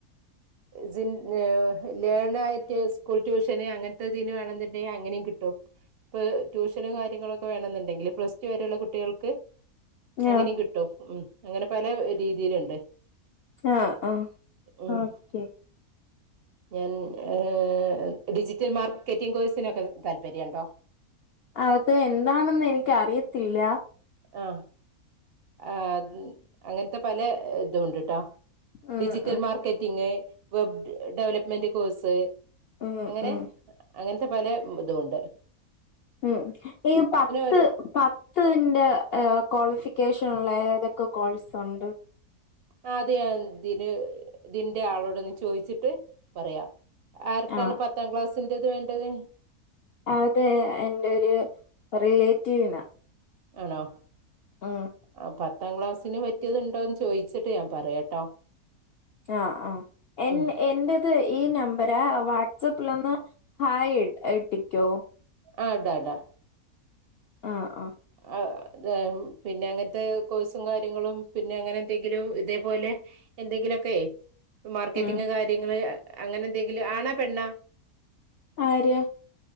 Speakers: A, on the right (about 60°); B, on the left (about 75°).
A: സിൻ ഏ ലേണായ്റ്റ് സ്കൂൾ ട്യൂഷന് അങ്ങൻത്തെതിന് വേണെന്നിണ്ടേ അങ്ങനിറ കിട്ടും പ്പ് ട്യൂഷനും കാര്യങ്ങളൊക്കെ വേണെന്നുണ്ടെങ്കില് പ്ലസ് ടു വരെള്ള കുട്ടികൾക്ക് അങ്ങനിം
B: ആഹ്
A: കിട്ടും അങ്ങനെ പല രീതീലിണ്ട്
B: ആഹ് ആഹ്
A: ഉം
B: ഓക്കെ
A: ഞാൻ ഏ ഡിജിറ്റൽ മാർക്കറ്റിംഗ് കോഴ്സിനൊക്കെ താല്പര്യണ്ടോ
B: അത് എന്താണെന്ന് എനിക്ക് അറിയത്തില്ല
A: ആ ആ അങ്ങനത്തെ പല ഇതും ഉണ്ട്ട്ടോ
B: ഉം
A: ഡിജിറ്റൽ
B: ഉം
A: മാർക്കറ്റിംഗ് വെബ് ഡെവലപ്മെന്റ് കോഴ്സ്
B: ഉം
A: അങ്ങനെ
B: ഉം
A: അങ്ങനത്തെ പല ഇതും ഉണ്ട്
B: ഉം ഈ പത്ത്
A: ഒരു
B: പത്തിന്റെ ക്വാളിഫിക്കേഷൻ ഉള്ള ഏതൊക്കെ കോഴ്സ് ഉണ്ട്
A: ആ അത് ഞാൻ ഇതിന് ഇതിന്റെ ആളോടൊന്ന് ചോദിച്ചിട്ട് പറയാം ആർക്കാണ്
B: ആഹ്
A: പത്താം ക്ലാസ്സിന്റെത് വേണ്ടത്
B: അതെ എന്റൊരു റിലേറ്റീവിനാ
A: ആണോ
B: ആ
A: ആ പത്താം ക്ലാസ്സിന് പറ്റിയത്ണ്ടോന്ന് ചോദിച്ചിട്ട് ഞാൻ പറയാട്ടോ
B: ആഹ് ആ എ
A: ആഹ്
B: എന്റെ ത് ഈ നമ്പരാ വാട്സആപ്പിൽഒന്ന് ഹായ് ഇട്ടിക്കോ
A: ആ ഇടാ ഇടാം
B: ആ ആ
A: ആ പിന്നെ അങ്ങനത്തെ കോഴ്സും കാര്യങ്ങളും പിന്നെ അങ്ങനെ എന്തെങ്കിലും ഇതേപോലെ എന്തെങ്കിലൊക്കെ മാർക്കറ്റിങ്
B: ഉം
A: കാര്യങ്ങള് അങ്ങനെ എന്തെങ്കിലും ആണാ പെണ്ണാ
B: ആര്